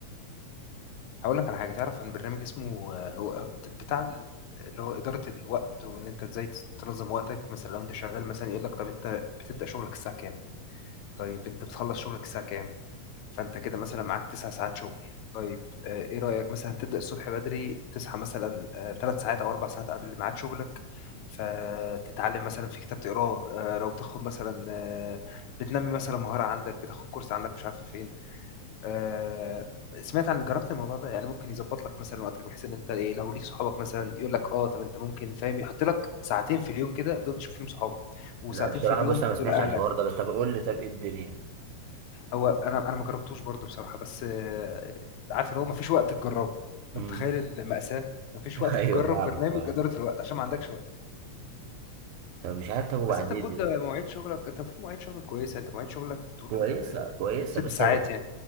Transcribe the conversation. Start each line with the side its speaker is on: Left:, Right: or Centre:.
Left: هقول لك على حاجه تعرف عن برنامج اسمه آه، هو بت- بتاع ال- اللي هو إدارة الوقت وإن أنت إزاي تنظم وقتك مثلا لو أنت شغال مثلا يقول لك طب أنت بتبدأ شغلك الساعة كام طيب انت بتخلص شغلك الساعة كام فانت كده مثلا معاك تسع ساعات شغل طيب آه، ايه رأيك مثلا تبدأ الصبح بدري تصحى مثلا ثلاث ساعات او اربع ساعات قبل ميعاد شغلك فتتعلم مثلا في كتاب تقراه آه، لو بتاخد مثلا آه، بتنمي مثلا مهارة عندك بتاخد كورس عندك مش عارفة فين آه، سمعت عن جربت الموضوع ده يعني ممكن يظبط لك مثلا وقتك بحيث ان انت ايه لو ليك صحابك مثلا يقول لك اه طب انت ممكن فاهم يحط لك ساعتين في اليوم كده دول تشوف فيهم صحابك وساعتين
Right: لا بصراحة
Left: في اليوم
Right: بص أنا ما
Left: دول
Right: سمعتش
Left: اهلك
Right: عن الحوار ده بس طب قول لي طب إيه الدنيا
Left: هو انا انا ما جربتوش برضو بصراحه بس آه، عارف اللي هو ما فيش وقت تجربه انت
Right: امم
Left: متخيل المأساة ما فيش
Right: <laughs>
Left: وقت
Right: أيوه
Left: تجرب
Right: فاهمك
Left: برنامج
Right: فاهم
Left: اداره الوقت عشان ما عندكش وقت
Right: طب مش عارف طب وبعدين
Left: بس انت المفروض
Right: يا
Left: ده
Right: اسطى؟
Left: مواعيد شغلك انت المفروض مواعيد شغلك كويسه انت مواعيد شغلك بتقول
Right: كويسة
Left: آه،
Right: كويسة
Left: ست
Right: بص
Left: ساعات
Right: هي
Left: يعني